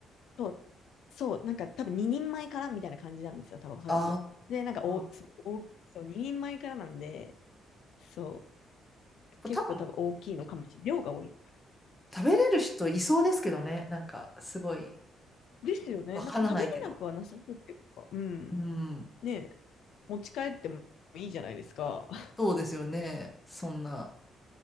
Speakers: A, on the left (about 75°); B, on the left (about 20°).
A: そう、そう、なんか多分2人前からみたいな感じなんですよ、多分おそらく。
B: あ
A: で、なんかお、
B: あ、
A: そう、お、そう、2人前からなんで、そう、結構多分大きいのかもしれない。
B: 多分
A: 量が多いのかな。
B: 食べれる人いそうですけどね。なんか、すごい、
A: ですよね。
B: わからないけど。
A: なんか食べれなくはなさそうっていうか、うん。
B: うん、
A: ねえ、持ち帰ってもいいじゃないですか。<laughs>
B: そうですよね。そんな。